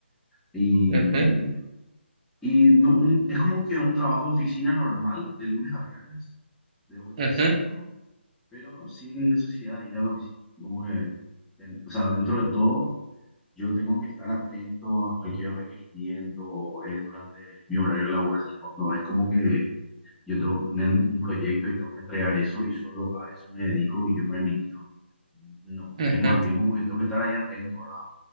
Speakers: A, in the centre; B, on the right.
A: Y,
B: Ujú,
A: y no, un- es como que un trabajo de oficina normal de lunes a viernes, de ocho
B: ujú.
A: a cinco pero sin necesidad de ir a la oficina. Como que, ten- o sea, dentro de todo, yo tengo que estar atento a cualquier requerimiento eh, durante mi horario laboral. No, no es como que yo tengo un, un proyecto y tengo que entregar eso y solo a eso me dedico y yo me administro. No,
B: Ujú.
A: es más bien como que tengo que estar ahí atento, ¿verdad?